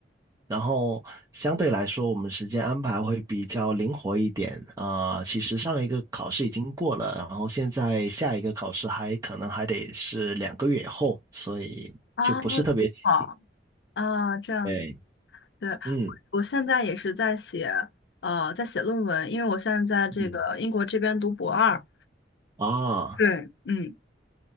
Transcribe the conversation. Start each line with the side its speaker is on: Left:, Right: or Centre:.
Right: 然后相对来说，我们时间安排会比较灵活一点啊、其实上一个考试已经过了，然后现在下一个考试还可能还得是两个月以后，所以就不是特别急。
Left: 啊？好啊，这样
Right: 对，
Left: 对，
Right: 嗯
Left: 我现在也是在写，呃，在写论文，因为我现在在这个英国这边读博二。
Right: 嗯，啊。
Left: 对，嗯。